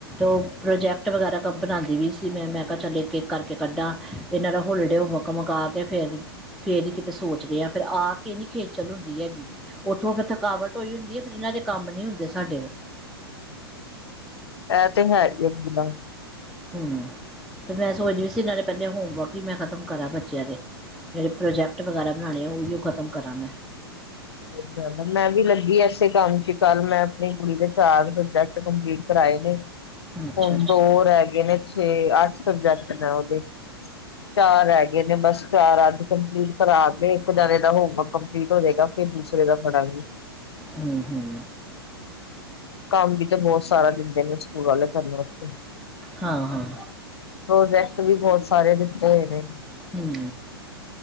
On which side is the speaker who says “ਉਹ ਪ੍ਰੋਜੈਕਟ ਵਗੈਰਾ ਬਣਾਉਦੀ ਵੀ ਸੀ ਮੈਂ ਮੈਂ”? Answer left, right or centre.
Centre